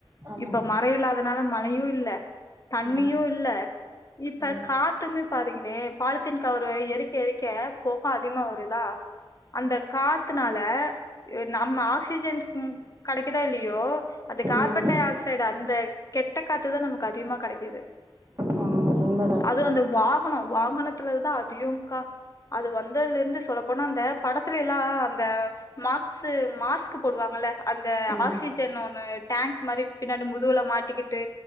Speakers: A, on the right; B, on the left.
A: ஆமாங்க
B: இப்ப மர இல்லாதனால மழ இல்ல தண்ணியு
A: ம்
B: இல்ல இப்ப
A: ம்
B: காத்துமே பாருங்களே பாலித்தீன் கவருவ எரிக்க எரிக்க பொ க அதிமா வருதா அந்த காத்துனால அ நம்ம ஆக்சிஜன் ம் கடைக்குதா இல்லியோ அந்த கார்பன்
A: ம்
B: டை ஆக்சைடு அந்த கெட்ட காத்துதா நமக்கு அதிகமா கடைக்கிது
A: ஆ உண்மதாப்பா
B: அது அந்த வாகனோ வாகனத்துலதுதா அதியு கா அது வந்ததுலருந்து சொல்ல போனா அந்த படத்துலெல்லா அந்த மாக்ஸு மாஸ்க்கு போடுவாங்கல்ல அந்த
A: ம்
B: ஆக்சிஜன் ஒண்ணு டேங்க் மாரி பின்னாடி முதுகுல மாட்டிக்கிட்டு